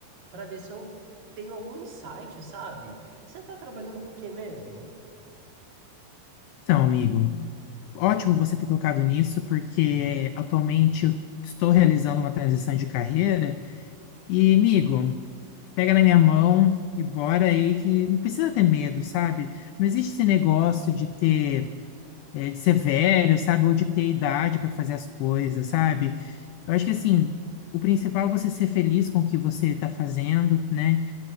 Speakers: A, on the right; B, on the left.
A: pra ver se eu tenho algum insight, sabe? Você tá trabalhando com o quê mesmo?
B: Então, amigo, ótimo você ter tocado nisso, porque atualmente eu estou realizando uma transição de carreira. E, amigo, pega na minha mão e bora aí, que não precisa ter medo, sabe? Não existe esse negócio de ter. é, de ser velho, sabe? Ou de ter idade para fazer as coisas, sabe? Eu acho que assim, o principal é você ser feliz com o que você está fazendo, né?